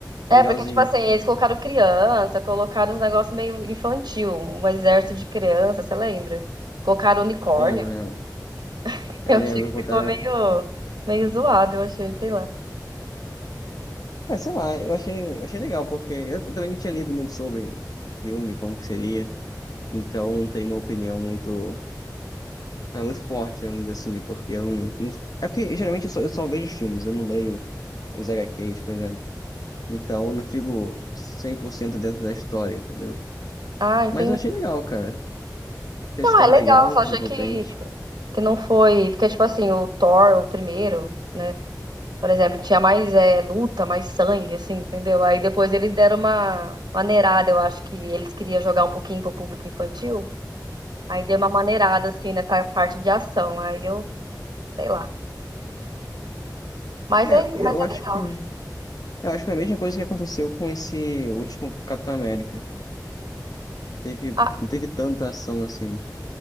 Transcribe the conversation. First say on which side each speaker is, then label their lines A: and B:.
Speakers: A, on the left; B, on the right.
A: legalzinho.
B: É, porque, tipo assim, eles colocaram criança, colocaram uns negócios meio infantil, um exército de criança, você lembra? Colocaram unicórnio.
A: Lembro, lembro.
B: <laughs>
A: Eu
B: Eu achei
A: lembro,
B: que
A: botaram.
B: ficou meio, meio zoado, eu achei, sei lá.
A: É, sei lá, eu achei, achei legal, porque eu também não tinha lido muito sobre filme, como que seria, então não tenho uma opinião muito, é, muito forte, né, vamos dizer assim, né, porque eu não, não- É porque geralmente eu só, eu só vejo filmes, eu não leio os H HQs, por exemplo, então eu não fico 100% dentro da história, entendeu?
B: Ah, entendi.
A: Mas eu achei legal, cara, achei
B: Não,
A: a história
B: é legal,
A: legal,
B: só achei
A: envolvente.
B: que, que não foi. Porque, tipo assim, o Thor, o primeiro, né? Por exemplo, tinha mais é, luta, mais sangue, assim, entendeu? Aí depois eles deram uma maneirada, eu acho que eles queriam jogar um pouquinho pro público infantil. Aí deu uma maneirada, assim, nessa parte de ação. Aí eu, sei lá. Mas
A: É,
B: é,
A: eu
B: mas é
A: acho
B: legal.
A: que, eu acho que foi a mesma coisa que aconteceu com esse último Capitão América, teve,
B: Ah,
A: não teve tanta ação assim,